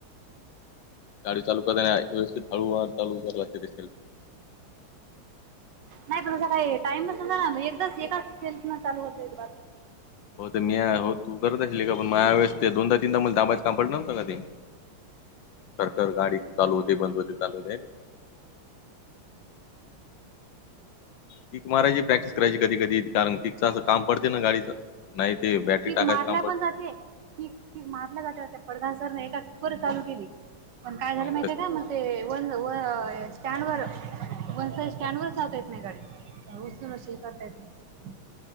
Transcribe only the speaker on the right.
नाही भरोसा काय टाइमच ना एकदाच एकाच सेल्फ न चालू होतय ते
किक
मारल्या
पण जाते किक किक मारलं का त्यात ते पडगां सरने एका किक वर चालू केली, पण
काय झालं माहितीय का मग ते वन व अ स्टँडवर वन साईड स्टँड वर चालता येत नाही गाडी उसून अशी करता येत नाही,